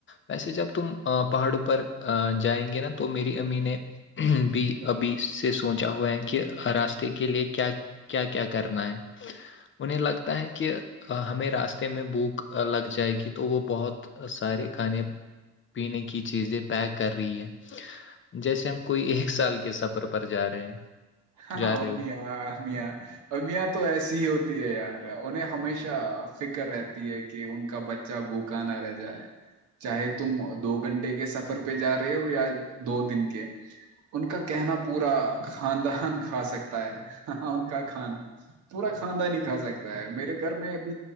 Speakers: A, on the left; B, on the right.
A: ویسے جب تم پہاڑوں پر جائیں گے نا تو میری امی نے بھی ابھی سے سوچا ہوا ہے کہ راستے کے لیے کیا کیا کیا کرنا ہے انہیں لگتا ہے کہ ہمیں راستے میں بوک لگ جائے گی تو وہ بہت سارے کھانے پینے کی چیزیں پیک کر رہی ہے جیسے ہم کوئی ایک سال کے سفر پر جا رہے ہیں
B: ایہ
A: جا رہے ہو
B: امیا امیاں تو ایسی ہی ہوتی ہے یار انہیں ہمیشہ فکر رہتی ہے کہ ان کا بچہ ج بوکا نہ رہ جائے چاہے تم دو گھنٹے کے سفر پہ جا رہے ہو یا دو دن کے ان کا کہنا پورا خاندان کھا سکتا ہے ہاں ان کا کھانا پورا خھاندان ہی کھا سکتا ہے میرے گھر میں اب